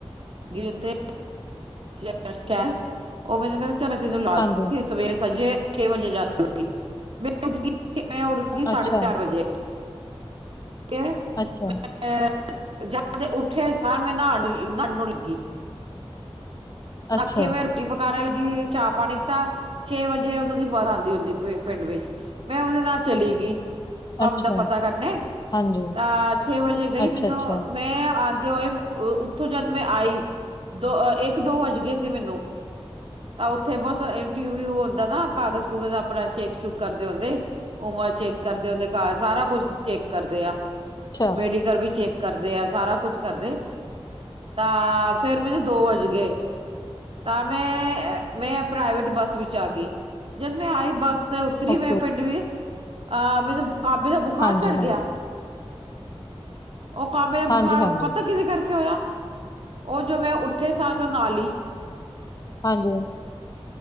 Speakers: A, on the right; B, on the left.
A: ਉਥੇ ਸ਼ਹਿਰ ਉਹ ਮੈਨੂੰ ਕਹਿੰ ਚੈਂ ਤੈਨੂੰ ਲਾ
B: ਹਾਂਜੀ
A: <unintelligible> ਸਵੇਰੇ ਸੱਜੇ ਛੇ ਵਜੇ ਮੈਂ ਉੱਠ ਮੈਂ ਉੱਠ ਗ ਸਾਢੇ
B: ਅੱਛਾ
A: ਚਾਰ ਵਜੇ ਅੈਂ।
B: ਅੱਛਾ
A: <unintelligible> ਐ ਜੋ ਦੇ ਉੱਠੇ ਸਾਰ ਮੈਂ ਨਾਣ ਨੂੰ ਨਣ ਨੂੰ ਲੱਗੀ।
B: ਅੱਛਾ
A: ਨਾਕੇ ਮੇਰ ਰੋਟੀ ਪਕਾਣੇ ਲੱਗੀ, ਚਾਹ-ਪਾਣੀ ਪਤਾ ਛੇ ਵਜੇ ਉਹਨਾਂ ਦੀ ਬੜ ਆੰਦੀ ਹੁੰਦੀ ਪਿ ਪਿੰਡ ਵਿੱਚ। ਮੈਂ ਓਦੇ ਨਾਲ ਚਲੀ ਗੀ। ਕੰਮ
B: ਅੱਛਾ
A: ਦਾ ਪਤਾ ਕਰਨੇ,
B: ਹਾਂਜੀ,
A: ਤਾਂ ਛੇ ਵਜੇ ਗਈ
B: ਅੱਛਾ-ਅੱਛਾ,
A: ਮੈਨੂੰ ਮੈਂ ਤੇ ਔਏ ਉੱਥੋਂ ਜਦ ਮੈਂ ਆਈ, ਦੋਹ ਏਕ-ਦੋ ਵੱਜ ਗੇ ਸੀ ਮੈਨੂੰ। ਤਾਂ ਔਥੇ ਬੌਤ ਇੰਟੀਵੀਊ ਹੁੰਦਾ ਨਾ ਕਾਗਜ਼-ਕੂਗਜ਼ ਅਪਣਾ ਚੇਕ-ਚੁਕ ਕਰਦੇ ਹੋੰਦੇ। ਉਮਰ ਚੇਕ ਕਰਦੇ ਓਦੇ ਘਰ, ਸਾਰਾ ਕੁਛ ਚੇਕ ਕਰਦੇ ਆ।
B: ਅੱਛਾ,
A: ਮੈਡੀਕਲ ਵੀ ਚੈੱਕ ਕਰਦੇ ਆ ਸਾਰਾ ਕੁਛ ਕਰਦੇ ਤਾਂ ਫੇਰ ਮੇਨੂ ਦੋ ਵਜ ਗਏ ਤਾਂ ਮੈਂ ਮੈਂ ਪ੍ਰਾਈਵੇਟ ਬੱਸ ਵਿੱਚ ਆ ਗਈ ਜਦ ਮੈਂ ਆਈ ਬੱਸ ਤੇ ਉੱਤਰੀ
B: ਓਕੇ,
A: ਮੈਂ ਪਿੰਡ ਵੀ ਅਹ ਮੈਨੂੰ ਕਾਂਬੇ ਦਾ ਬੁਖਾਰ
B: ਹਾਂਜੀ-ਹਾਂਜੀ।
A: ਚੜ ਗਿਆ। ਉਹ ਕਾਂਬੇ ਦਾ
B: ਹਾਂਜੀ-ਹਾਂਜੀ,
A: ਬੁਖਾਰ ਪਤਾ ਕਿਦੇ ਕਰਕੇ ਹੋਇਆ ਉਹ ਜੋ ਮੈਂ ਉੱਠੇ ਸਾਰ ਜੋ ਨਾਲੀ ਹੀ
B: ਹਾਂਜੀ।